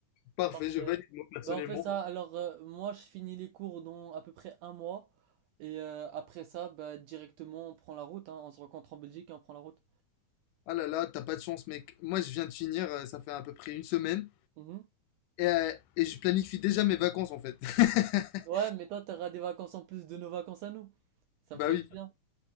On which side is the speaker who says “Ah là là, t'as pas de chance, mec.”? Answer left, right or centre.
Left